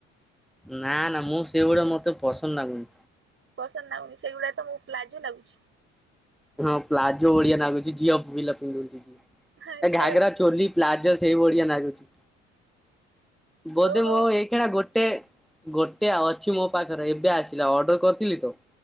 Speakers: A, in the centre; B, on the right.
A: ନା ନା ମୁଁ ସେଗୁଡା ମତେ ପସନ୍ଦ ନାଗୁନି।
B: ପସନ୍ଦ ନାଗୁନି ସେଇଗୁଡା ତ ମ ପ୍ଲାଜୋ ଲାଗୁଛି।
A: ହଁ ପ୍ଲାଜୋ ଭଳିଆ ଲାଗୁଛିି, ଝିଅ ପିଲା ପିନ୍ଧନ୍ତି ଯୋଉ,
B: ଆଚ୍ଛା
A: ଘାଗରା ଚୋଲି ପ୍ଲାଜୋ ସେଇ ଭଳିଆ ଲାଗୁଛି, ବୋଧେ
B: ଓହୋ।
A: ମୋ ଏଇ <unintelligible> ଗୋଟେ ଗୋଟେ ଅଛି ମୋ ପାଖରେ, ଏବେ ଆସିଲା, ଅର୍ଡର କରିଥିଲି ତ?